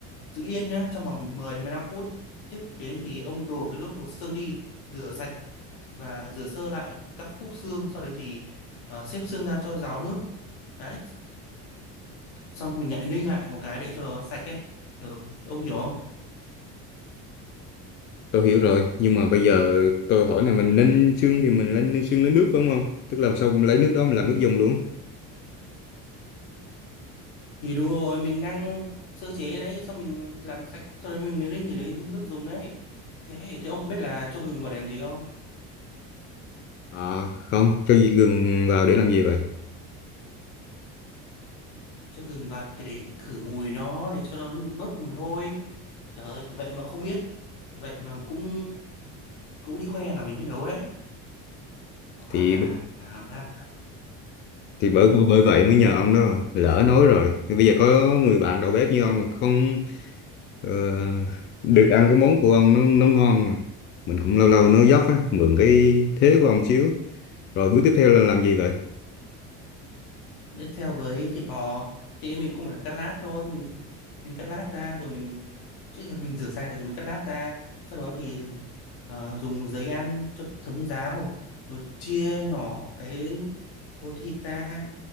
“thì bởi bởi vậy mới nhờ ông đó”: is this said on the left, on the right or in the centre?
Left